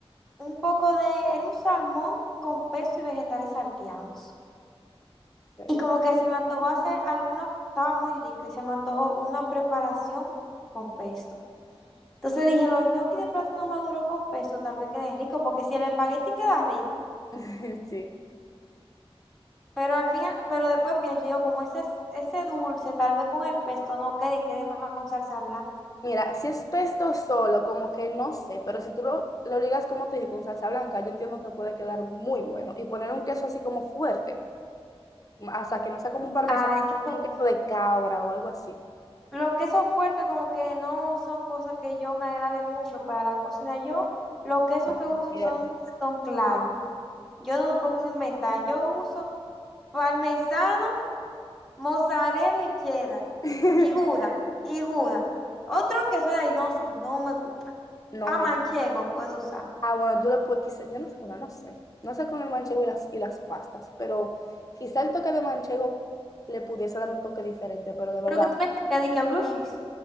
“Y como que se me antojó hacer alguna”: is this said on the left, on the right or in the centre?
Centre